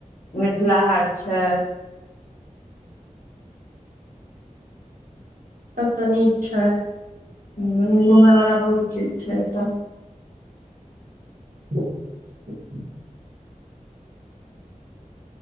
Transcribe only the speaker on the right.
सभ तऽ नीक छै
<inaudible>